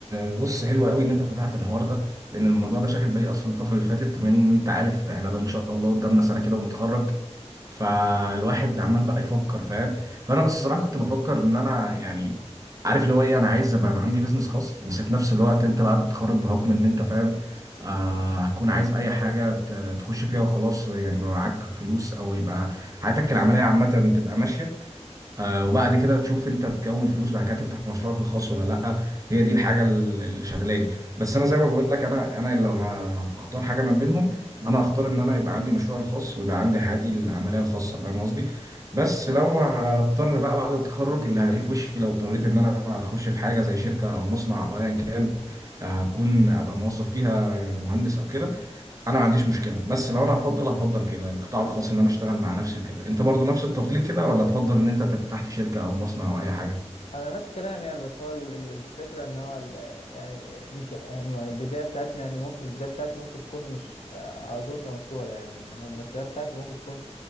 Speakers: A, on the right; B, on the left.
A: آه، بص حلو قوي ان انت فتحت الحوار ده لان الموضوع ده شاغل بالي اصلا الفتره اللي فاتت من انت عارف احنا بقى ان شاء الله قدامنا سنه كده ونتخرج فالواحد عمال بقى يفكر فاهم فانا بس الصراحه كنت بفكر ان انا يعني عارف اللي هو ايه انا عايز ابقى عندي بيزنس خاص بس في نفس الوقت انت بعد التخرج بحكم ان انت فاهم آه هتكون عايز اي حاجه ت- تخش فيها وخلاص يعني يبقى معاك فلوس او يبقى حياتك العمليه عامه تبقى ماشيه آه، وبعد كده تشوف انت تكون فلوس بعد كده تفتح مشروعك الخاص ولا لا هي دي الحاجه ال- اللي شغلاني بس انا زي ما بقول لك انا انا لو ه- هختار حاجه ما بينهم انا هختار ان انا يبقى عندي مشروع الخاص ويبقى عندي حياتي العمليه الخاصه فاهم قصدي بس لو هضطر بقى بعد التخرج اللي هلاقيه في وشي لو اضطريت ان انا اخش في حاجه زي شركه او مصنع او ايا كان آه، هكون ابقى موظف فيها مهندس او كده انا ما عنديش مشكله بس لو انا هفضل هفضل كده القطاع الخاص ان انا اشتغل مع نفسي وكده انت برضو نفس التفضيل كده ولا تفضل ان انت تبقى تحت شركه او مصنع او اي حاجه
B: انا نفس كلام يعني بس هو ال- ال- الفكره ان هو ال- يعني مش الم- البدايه بتاعتنا يعني ممكن البدايه بتاعتي ممكن تكون مش آه، على طول كمشروع يعني ان انا المشاريع بتاعتي ممكن تكون